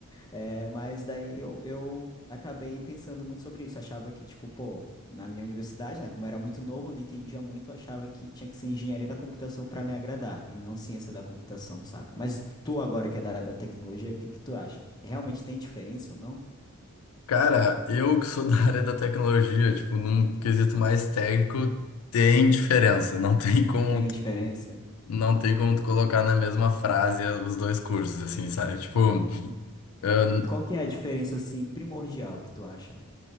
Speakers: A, on the left; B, on the left.
A: É, mas daí eu, eu acabei pensando muito sobre isso. Achava que, tipo, pô, na minha universidade, né, como eu era muito novo, não entendia muito, eu achava que tinha que ser engenharia da computação pra me agradar e não ciência da computação, saca? Mas tu agora que é da área da tecnologia, o que que tu acha? Realmente tem diferença ou não?
B: Cara, eu que sou da área da tecnologia, tipo, num quesito mais técnico, tem diferença. Não tem como,
A: Tem
B: tu-
A: diferença?
B: não tem como tu colocar na mesma frase os dois cursos, assim, sabe? Tipo,
A: Uhum.
B: ah,
A: E qual que é a diferença, assim, primordial que tu acha?